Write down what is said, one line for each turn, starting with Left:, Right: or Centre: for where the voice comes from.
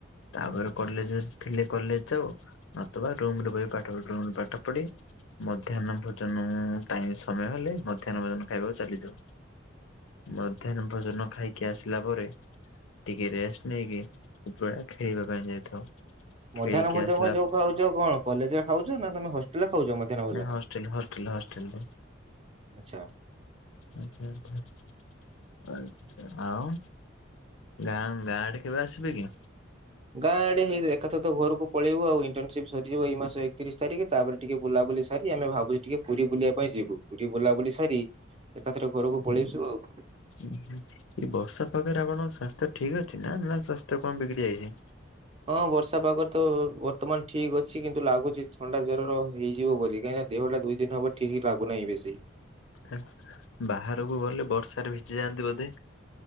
Left: ତାପରେ କଲେଜ ରେ ଥିଲେ କଲେଜ ଯାଉ ନଥବା ରୁମରେ ବସି ପାଠ ରୁମ ରେ ପାଠ ପଢି। ମଧ୍ୟାହ୍ନ ଭୋଜନ ଟାଇମ ସମୟ ହେଲେ ମଧ୍ୟାହ୍ନ ଭୋଜନ ଖାଇବାକୁ ଚାଲିଯାଉ। ମଧ୍ୟାହ୍ନ ଭୋଜନ ଖାଇକି ଆସିଲା ପରେ। ଟିକେ ରେଷ୍ଟ ନେଇକି ଉପର ବେଳା ଖେଳିବା ପାଇଁ ଯାଇଥାଉ। ଖେଳିକି
Right: ମଧ୍ୟାହ୍ନ ଭୋଜନ
Left: ଆସିଲା
Right: ଯୋଉ ଖାଉଛ କଣ କଲେଜ ରେ ଖାଉଛ ନା ତମେ ହଷ୍ଟେଲ ରେ ଖାଉଛ? ମଧ୍ୟାହ୍ନ ଭୋଜନ?
Left: ନାଇଁ ହଷ୍ଟେଲ ହଷ୍ଟେଲ ହଷ୍ଟେଲ ରେ
Right: ଆଚ୍ଛା।
Left: ହୁଁ ହୁଁ ହୁଁ। ଆଛା ଆଉ ଗାଁ ଗାଁଆଡେ କେବେ ଆସିବେ କି?
Right: ଗାଁ ଆଡେ ହେଇ ଏକାଥରେ ତ ଘରକୁ ପଳେଇବୁ ଆଉ ଇଣ୍ଟନସିପ ସରିଯିବ ଏଇ ମାସ ଏକତିରିଶ ତାରିଖ ତାପରେ ଟିକେ ବୁଲାବୁଲି ସାରି ଆମେ ଭାବୁଚୁ ଟିକେ ପୁରୀ ବୁଲିବା ପାଇଁ ଯିବୁ ପୁରୀ ବୁଲାବୁଲି ସାରି ଏକାଥରେ ଘରକୁ ପଳେଇଆସିବୁ ଆଉ।
Left: ଉଁ ହୁଁ ଏ ବର୍ଷା ପାଗରେ ଆପଣଙ୍କ ସ୍ୱାସ୍ଥ୍ୟ ଠିକ୍ ଅଛି ନା ନା ସ୍ୱାସ୍ଥ୍ୟ କଣ ବିଗିଡି ଯାଇଛି?
Right: ହଁ ବର୍ଷା ପାଗରେ ତ ବର୍ତ୍ତମାନ ଠିକ ଅଛି କିନ୍ତୁ ଲାଗୁଛି ଥଣ୍ଡା ଜ୍ବରର ହେଇଯିବ ବୋଲି କାହିଁକି ନା ଦେହଟା ଦୁଇ ଦିନ ହବ ଠିକ ଲାଗୁନାହିଁ ବେଶୀ।
Left: ଆଁ ବାହାରକୁ ଗଲେ ବର୍ଷାରେ ଭିଜି ଯାଆନ୍ତି ବୋଧେ?